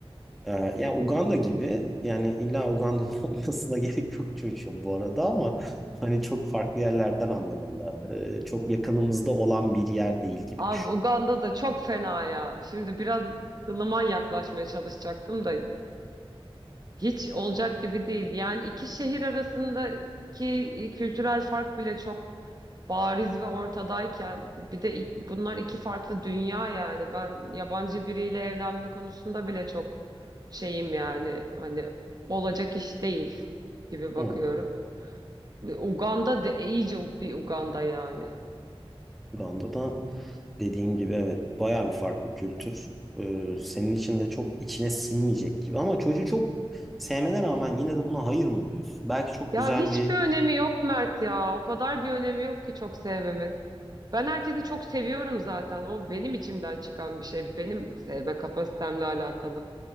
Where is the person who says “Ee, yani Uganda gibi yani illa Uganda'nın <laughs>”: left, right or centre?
Centre